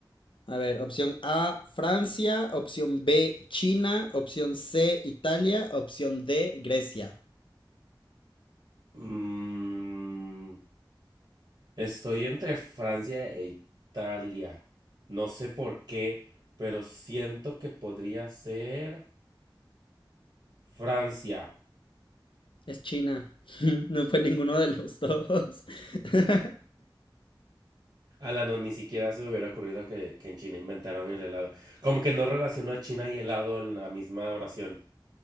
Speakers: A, on the left; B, on the right.
A: A ver, opción A, Francia, opción B, China, opción C, Italia, opción D, Grecia.
B: Mm, estoy entre Francia e Italia. No sé por qué, pero siento que podría ser Francia.
A: Es China. <laughs> No fue ninguno de los dos. <laughs>
B: Ala, no, ni siquiera se me hubiera ocurrido que, que en China inventaron el helado. Como que no relacionó a China y helado en la misma oración.